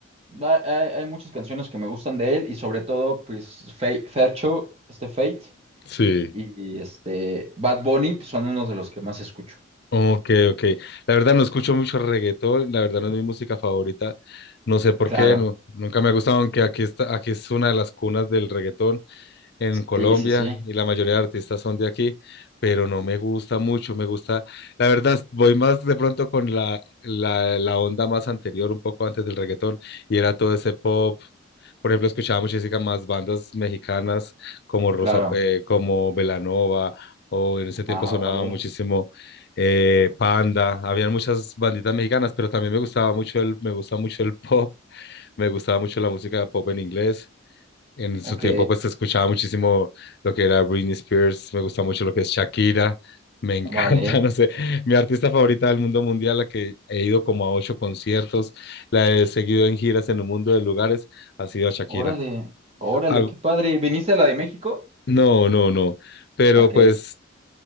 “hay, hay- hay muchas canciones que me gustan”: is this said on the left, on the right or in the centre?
Right